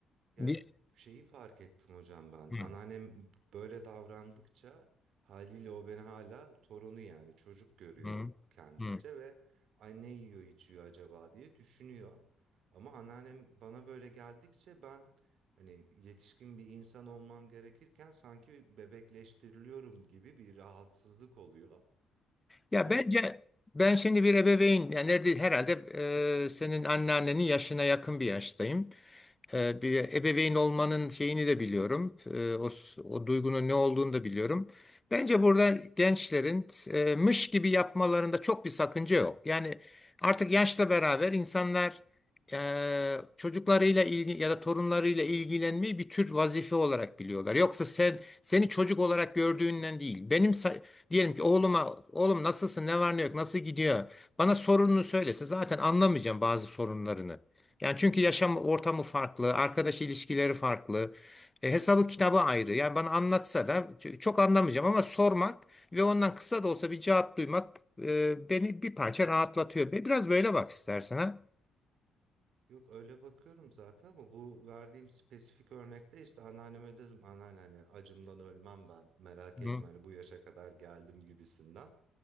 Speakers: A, on the right; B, on the left.
A: Ya
B: Bir...
A: şeyi fark ettim hocam ben.
B: Hı,
A: Anneannem böyle davrandıkça haliyle o beni hala torunu yani çocuk görüyor
B: hı,
A: kendince
B: hı.
A: ve ay ne yiyor içiyor acaba diye düşünüyor. Ama anneannem bana böyle geldikçe ben hani yetişkin bir insan olmam gerekirken sanki bebekleştiriliyorum gibi bir rahatsızlık oluyor.
B: Ya
A: Ve
B: bence ben şimdi bir ebeveyn yani nerede herhalde e, senin anneannenin yaşına yakın bir yaştayım. E, bir ebeveyn olmanın şeyini de biliyorum. E, o, o duygunun ne olduğunu da biliyorum. Bence burada gençlerin e, mış gibi yapmalarında çok bir sakınca yok. Yani artık yaşla beraber insanlar e, çocuklarıyla ilgi ya da torunlarıyla ilgilenmeyi bir tür vazife olarak biliyorlar. Yoksa sen seni çocuk olarak gördüğünden değil. Benim sa- Diyelim ki oğluma oğlum nasılsın ne var ne yok nasıl gidiyor bana sorununu söylese zaten anlamayacağım bazı sorunlarını. Yani çünkü yaşam ortamı farklı, arkadaş ilişkileri farklı, e, hesabı kitabı ayrı. Yani bana anlatsa da ç- çok anlamayacağım ama sormak ve ondan kısa da olsa bir cevap duymak e, beni bir parça rahatlatıyor. Be- Biraz böyle bak istersen ha.
A: Yok öyle bakıyorum zaten ama bu verdiğim spesifik örnekte işte anneanneme dedim anneanne hani acımdan ölmem ben merak etme
B: Hı.
A: hani bu yaşa kadar geldim gibisinden.